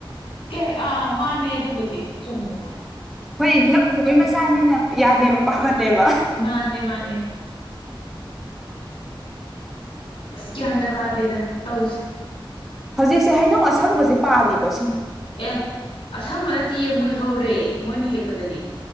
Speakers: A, on the left; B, in the centre.
A: ꯀꯦ ꯑꯥ ꯃꯥꯅꯦ ꯑꯗꯨꯕꯨꯗꯤ ꯆꯨꯝꯃꯤ
B: ꯍꯣꯏ ꯂꯧ ꯎꯕꯩ ꯃꯆꯥꯅꯤꯅ ꯌꯥꯗꯦꯕ ꯄꯥꯈꯠꯂꯦꯕ
A: ꯃꯥꯅꯦ ꯃꯥꯅꯦ ꯒ꯭ꯌꯥꯟꯒ ꯇꯥꯗꯦꯗ ꯇꯧꯔꯤꯁꯦ
B: ꯍꯧꯖꯤꯛꯁꯦ ꯍꯩꯅꯧ ꯑꯁꯪꯕꯖꯦ ꯄꯥꯜꯂꯤꯕ
A: ꯑꯦ ꯑꯁꯪꯕ ꯅꯠꯇꯦꯌꯦ ꯃꯨꯜꯍꯧꯔꯦ ꯃꯣꯏꯅ ꯍꯦꯛ ꯍꯦꯛꯄꯗꯗꯤ